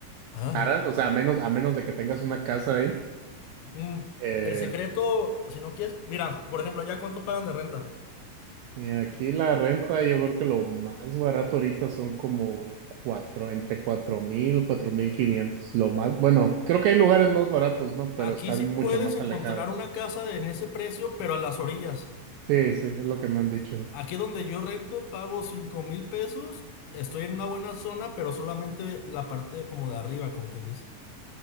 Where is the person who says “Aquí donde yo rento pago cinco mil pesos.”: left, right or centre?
Left